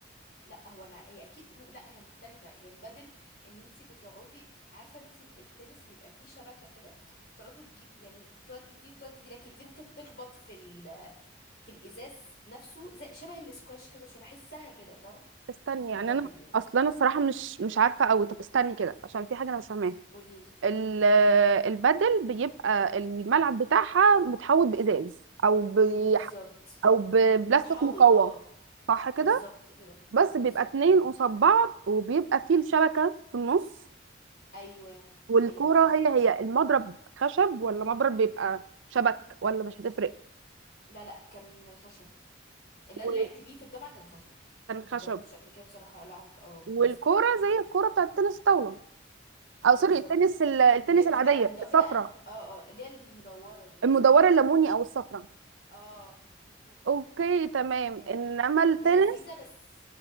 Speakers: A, on the left; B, on the right.
A: لا هو انا هي اكيد م... لا هي مختلفه هي البدل ان انت بتقعدي عارفه انت ال- التنس بيبقى فيه شبكه كده تقعدوا تجيب يعني تودي دي تودي دي لكن دي ممكن تخبط في ال... في الازاز نفسه زي شبه الاسكواش كده شو بحسها كده فاهمه
B: استني يعني
A: البدل
B: انا
A: يعني
B: اصلا انا الصراحه مش مش عارفه قوي طب استني كده عشان في حاجه انا مش فاهماها
A: قوليلي
B: ال- البدل بيبقى الملعب بتاعها متحوط بإزاز او ب...
A: بالظبط
B: او ببلاستيك
A: متحوط
B: مقوى
A: اه
B: صح كده
A: بالظبط كده
B: بس
A: بالظبط
B: بيبقى اتنين
A: اه
B: قصاد بعض وبيبقى فيه الشبكة في النص
A: ايوه
B: والكورة
A: ايوه بالظبط
B: هي هي المضرب خشب ولا مضرب بيبقى شبك ولا مش هتفرق
A: لا لا كان خشب اللي
B: وكان
A: انا لعبت بيه في الجامعه كان خشب ما
B: خشب
A: جربتش قبل كده بصراحه العب اه بلاستيك
B: والكورة
A: يعني
B: زي الكورة بتاعت التنس الطاولة
A: بالظبط
B: او سوري التنس ال- التنس
A: اللي هي بتبقى
B: العادية
A: مدو...
B: الصفراء
A: لا اه اه اللي هي المدورة دي
B: المدورة الليموني او الصفراء
A: اه بالظبط
B: اوكي تمام
A: فهي
B: انما التنس
A: لذيذة بس